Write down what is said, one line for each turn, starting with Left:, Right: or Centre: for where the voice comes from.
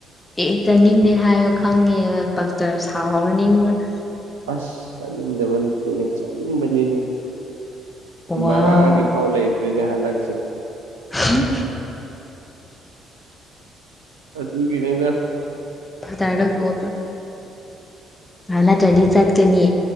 Left: ꯑꯦ ꯆꯥꯅꯤꯡꯗꯦ ꯍꯥꯏꯌ‌ꯦ ꯈꯪꯉꯦ ꯄꯥꯛꯆꯔ ꯁꯥꯎꯍꯧꯔꯅꯤꯉ‌ꫭ
Right: ꯑꯁ ꯆꯠꯅꯤꯡꯗꯕ ꯅꯠꯇ‌ꯦꯅ‌ꯦ ꯆꯠꯅꯤꯡꯕꯅꯤꯅ‌ꯦ
Left: ꯋꯥꯎ
Right: ꯕꯔꯥꯒꯤ ꯐꯥꯎ ꯂꯩꯇ꯭ꯔ‌ꯦꯅꯦ ꯍꯟꯗꯛꯁꯦ
Left: <unintelligible>
Right: ꯑꯗꯨ ꯒꯤꯅꯦꯗ
Left: ꯐꯊꯥꯔꯗ ꯀ‌ꫭꯜ ꯑ ꯅꯠꯇꯔꯗꯤ ꯆꯠꯀꯅꯤ